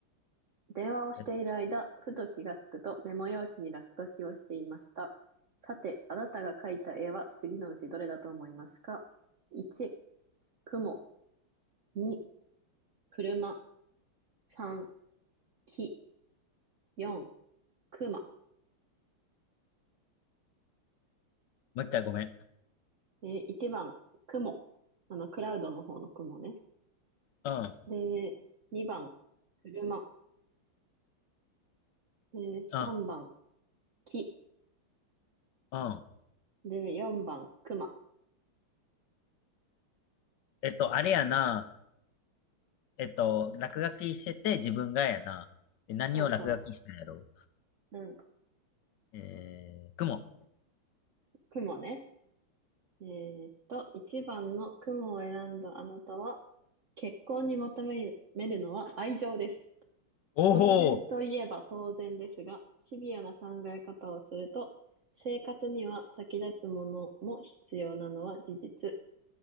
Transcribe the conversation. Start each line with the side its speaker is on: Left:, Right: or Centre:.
Right: 電話をしている間、
Left: え
Right: ふと気がつくとメモ用紙に落書きをしていました。さて、あなたが描いた絵は次のうちどれだと思いますか ?1、雲。2、車。3、木。4、熊。
Left: もう一回ごめん。
Right: えー、1番、雲。あの、クラウドの方の雲ね。
Left: うん。
Right: で、2番、車。で、3番、
Left: うん。
Right: 木。
Left: うん。
Right: で、4番、熊。
Left: えっと、あれやな。えっと、落書きしてて自分がやな。え何を落書きしたんやろ
Right: そうそう。うん、
Left: えー、雲。
Right: 雲ね。えーっと、1番の雲を選んだあなたは、結婚に求めるのは愛情です。
Left: お
Right: 当然といえば当然ですが、
Left: お、
Right: シビアな考え方をすると、生活には先立つものも必要なのは事実。